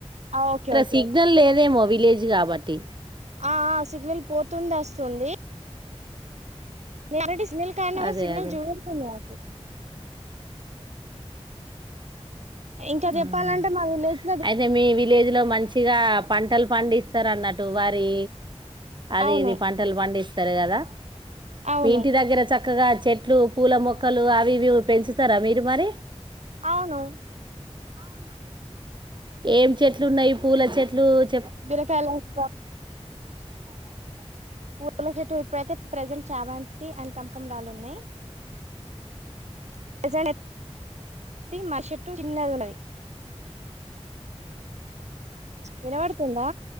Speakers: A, on the right (about 85°); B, on the right (about 45°).
A: ఆ ఓకే ఓకే
B: సిగ్నల్
A: ఓకే
B: లేదేమో అవి విలేజ్ కాబట్టి
A: ఆ ఆ సిగ్నల్ పోతుంది వస్తుంది నేను ఆల్రెడీ సెండ్ <unintelligible> కూడా
B: అదే
A: సిగ్నల్
B: అదే
A: <unintelligible> ఇంకా
B: ఉమ్.
A: చెప్పాలంటే మా విలేజ్ కి
B: అయితే మీ విలేజ్ లో మంచిగా పంటలు పండిస్తా అన్నటు వారి అది
A: అవును
B: ఇది పంటలు పండిస్తు స్తారు కదా
A: అవును
B: మీ ఇంటి దగ్గర చక్కగా చెట్ ట్లు పూల మొక్కలు అవి ఇవి పెంచుతారా మీరు మరి
A: ఆవును
B: అ ఏం చెట్లు ఉన్నాయి పూల చెట్లు ప్లు
A: బిరకాయలా ఎస్తాం
B: <unintelligible>
A: పూల చెట్టు ఇప్పుడైతే ప్రజెంట్ చామంతి అండ్ కంకంరాలు ఉన్నాయి <inaudible> మా సెట్టు కింద ఉన్నది వినపడుతుందా